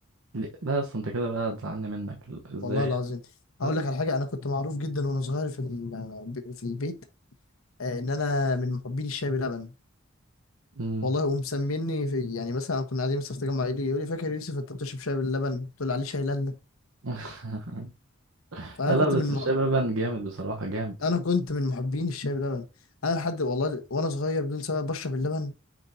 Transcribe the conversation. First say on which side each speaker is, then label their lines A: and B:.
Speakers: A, on the right (about 80°); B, on the left (about 80°).
A: ليه؟ لا اصل انت كده بقى هتزعلني منك ال- ازاي
B: والله العظيم
A: يعني؟ لا
B: اقول
A: لا
B: لك على حاجة انا كنت معروف جدا وانا صغير في ال... في البيت آه ان انا من محبين الشاي بلبن
A: مم.
B: والله ومسميني في يعني مثلا كنا قاعدين مثلا في تجمع عائلي يقول لي فاكر يوسف انت بتشرب شاي باللبن قلت له عليه شاي لالا
A: <laughs>
B: فانا
A: لا
B: كنت
A: لا
B: من
A: بس الشاي بلبن جامد بصراحة جامد
B: انا كنت من محبين الشاي بلبن انا لحد والله وانا صغير بدون سبب بشرب اللبن